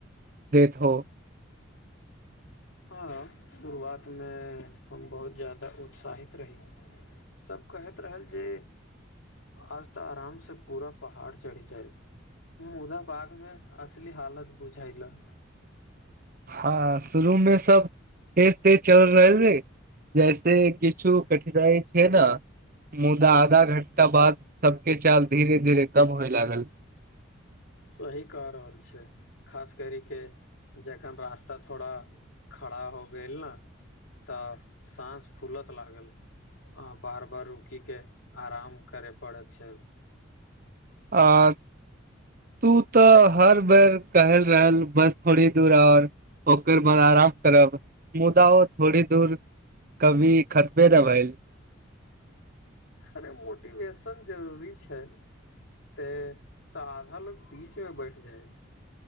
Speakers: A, on the right (about 45°); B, on the left (about 75°).
A: दैत हो
B: हँ शुरुआत मे हम बहुत जादा उत्साहित रही सब कहैत रहल जे आज तऽ आराम से पूरा पहाड़ चढ़ि जाइब मुदा बाद मे असली हालत बुझाइलऽ
A: हँ शुरू मे सब तेज तेज चलल रहै जैसे किछु कठिनाइ छै न मुदा आधा घंटा बाद सबके चाल धीरे धीरे कम होय लागल
B: सही कह रहल छी खास कर के जखन रास्ता थोड़ा खड़ा हो गयल न तऽ साँस फूलत लागल आ बार बार रुकी के आराम करै पड़ै छै
A: आ तू तऽ हर बेर कहल रहल बस थोड़ी दूर आओर ओकर बाद आराम करब मुदा ओ थोड़ी दूर कभी खतबे नय भयल
B: अरे मोटिवेशन जरूरी छै तेऽ ताधल बीच मे बैठ जायत